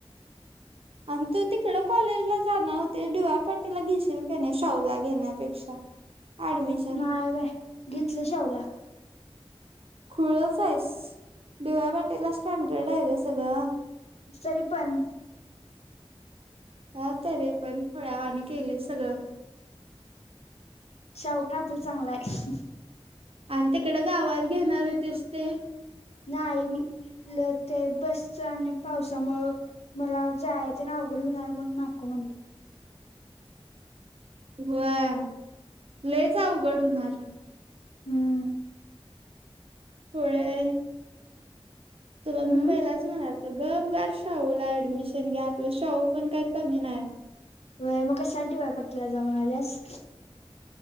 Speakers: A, on the right (about 65°); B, on the left (about 80°).
A: आणि तू तिकड कॉलेजला जाणार होते डी वाय पाटीला घेशील का नाया शाहू ला घेण्यापेक्षा. ऍडमिशन
B: नाय बाई घेतला शाहूला.
A: खुळच आहेस. डी वाय पाटील ला स्टँडर्ड आहे ग सगळं.
B: तरी पण
A: हां तरी पण खुळ्या वाणी केलं सगळं
B: शाहू पण अती चांगला आहे
A: आणि तिकड गावात घेणार होतीस ते
B: नाही ल ते बसच आणि पावसामुळ मला जायचे ना अवघड होणार म्हणून नाको म्हणली
A: व्हय लईच अवघड होणार.
B: हम्म.
A: होय तुला मी
B: हम्म
A: पहिलाच म्हणाली गप गार शाहुला ऍडमिशन घ्या आपलं शाहु पण काय कमी नाय
B: व्हय मग कशाला डी वाय पाटीलला जाऊन आलियास